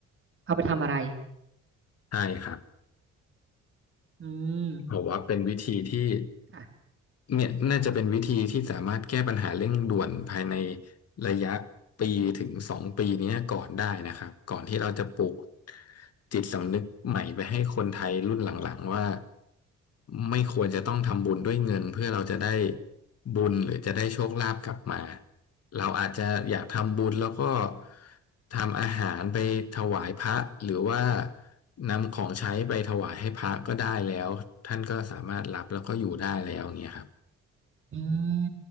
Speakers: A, on the right (about 45°); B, on the left (about 55°).
A: เอาไปทำอะไร
B: ใช่ครับ
A: อืม
B: ผมว่าเป็นวิธีที่
A: ค่ะ
B: เนี่ยน่าจะเป็นวิธีที่สามารถแก้ปัญหาเร่งด่วนภายในระยะปีถึงสองปีเนี้ยก่อนได้นะครับก่อนที่เราจะปลูกจิตสำนึกใหม่ไปให้คนไทยรุ่นหลังๆว่าไม่ควรจะต้องทำบุญด้วยเงินเพื่อเราจะได้บุญหรือจะได้โชคลาภกลับมาเราอาจจะอยากทำบุญแล้วก็ ทำอาหารไปถวายพระหรือว่านำของใช้ไปถวายให้พระก็ได้แล้วท่านก็สามารถรับแล้วก็อยู่ได้แล้วอย่างเงี้ยครับ
A: อืม